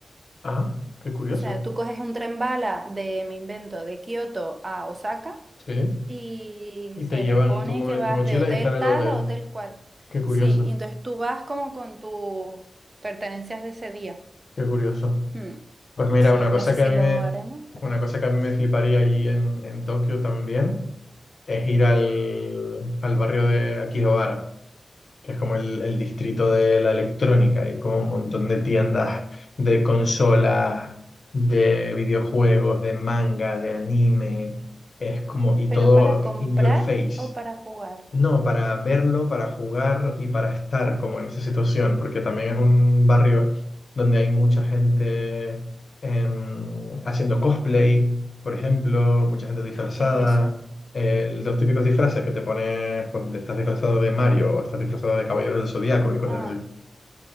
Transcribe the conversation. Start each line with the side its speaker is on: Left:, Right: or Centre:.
Left: Ajá, qué curioso.
Right: O sea, tú coges un tren bala de, me invento, de Kioto a Osaka
Left: Sí.
Right: y
Left: Y te
Right: se
Left: llevan
Right: le pone
Left: tu, mo-
Right: que vas
Left: tu mochila
Right: de hotel
Left: y está en el
Right: tal
Left: hotel.
Right: a hotel cual.
Left: Qué curioso,
Right: Sí, y entonces tú vas como con tus pertenencias de ese día.
Left: qué curioso.
Right: Hmm,
Left: Pues mira,
Right: Sí,
Left: una
Right: no
Left: cosa
Right: sé si
Left: que a mí
Right: lo
Left: me,
Right: haremos, pero...
Left: una cosa que a mí me fliparía allí en, en Tokio también es ir al, al barrio de Akihabara, que es como el, el distrito de la electrónica. Hay como un montón de tiendas de consolas, de videojuegos, de manga, de anime. Es como, y todo
Right: ¿Pero para comprar
Left: in your face.
Right: o para jugar?
Left: No, para verlo, para jugar y para estar como en esa situación, porque también es un barrio donde hay mucha gente em, haciendo cosplay, por ejemplo, mucha gente disfrazada,
Right: ¿Qué es eso?
Left: eh, los típicos disfraces que te pones, pues estás disfrazado de Mario o estás disfrazado de Caballero del Zodíaco y cosas
Right: Ah,
Left: así.